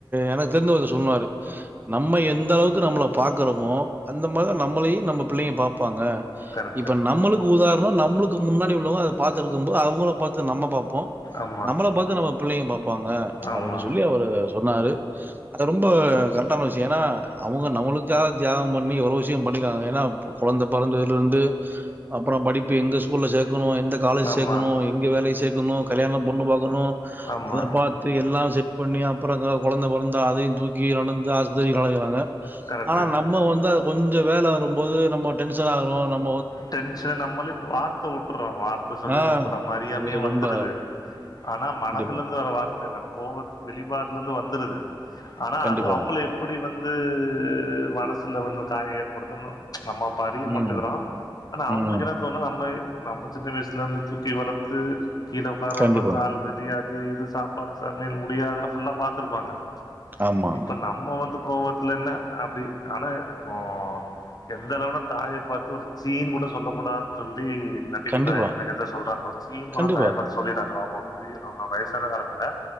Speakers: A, on the right (about 20°); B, on the left (about 45°).
A: எனக்கு தெரிஞ்ச ஒருத்தர் சொன்னாரு நம்ம எந்தளவுக்கு நம்மள பாக்குறோமோ அந்த மாரிதா நம்மளையு நம்ம புள்ளைங்க பாப்பாங்க
B: கரெக்ட்டு.
A: இப்ப நம்மளுக்கு உதாரண நம்மளுக்கு முன்னாடி உள்ளவங்க அத பாத்துருக்கும் போது அவுங்கள பாத்து நம்ம பாப்போ
B: ஆமா,
A: நம்மள பாத்து நம்ம பிள்ளைங்க பாப்பாங்க
B: ஆமா,
A: அப்டின்னு சொல்லி அவரு சொன்னாரு அது ரொம்ப கரெக்டான விஷய ஏன்னா அவுங்க நம்மளுக்காக தியாகம் பண்ணி எவ்ளோ விஷயம் பண்ணிருக்காங்க ஏன்னா கொழந்த பொறந்ததுல இருந்து அப்புற படிப்பு எங்க ஸ்கூல்ல சேக்கணு எந்த காலேஜ்
B: ஆமா,
A: சேக்கணு எங்க வேலைக்கு சேக்கணு கல்யாணம் பொண்ணு பாக்கணு
B: ஆமா.
A: அத பாத் த்து எல்லா செட் பண்ணி அப்புற கொழந்த பொறந்தா அதையு தூக்கி நடந்து ஆஸ்பத்திரிக் அலையிறாங்க
B: கரெக்ட்டு.
A: அனா நம்ம வந்து அது கொஞ்ச வேல வரும்போது நம்ம டென்ஷன் ஆகறோ நம்
B: டென்ஷன் நம்மளே வார்த்த உட்டர்றோ வார்த்த சில
A: ஆ
B: டைம் உட்றோ நம்ம அறியாமயே
A: அது
B: வந்துருது
A: ரொம்ப
B: அனா மனதுல
A: கண்டிப்பா,
B: இருந்து வர வார்த்த இல்ல அது கோவத் வெளிப்பாடுல இருந்து வந்துருது அனா
A: கண்டிப்பா.
B: அது அவுங்கள‌ எப் படி வந்து மனசுல வந்து காயோ ஏற்படுத்தன்னு நம்ம அப்ப அறிய
A: ம்,
B: மாட்டுக்கறோ அனா அவுங்களுக்கு
A: ம்.
B: என்ன தோணு நம்ம நம்ம சின்ன வயசுல இருந்து தூக்கி வளத்து கீழ ஒக்காராம
A: கண்டிப்பா.
B: கால் வலி அது இது சாப்பாடு சமையல் முடியாதுன்னா ஃபுல்லா பாத்துருப்பாங்க
A: ஆமா.
B: இப்ப நம்ம வந்து கோவத்துல என்ன அப்டி ஆனா இப்போ எந்த அளவுனா தாய பாத்து ஒரு சீன் கூட சொல்ல கூடாதுன் சொல்லி நபிகள்
A: கண்டிப்பா,
B: நாயகம் <unintelligible> எதோ சொல்றாங்க சீன் கூட
A: கண்டிப்பா,
B: தாய பாத்து சொல்லிராத அவுங்க <unintelligible> அவங்க வயசான காலத்துல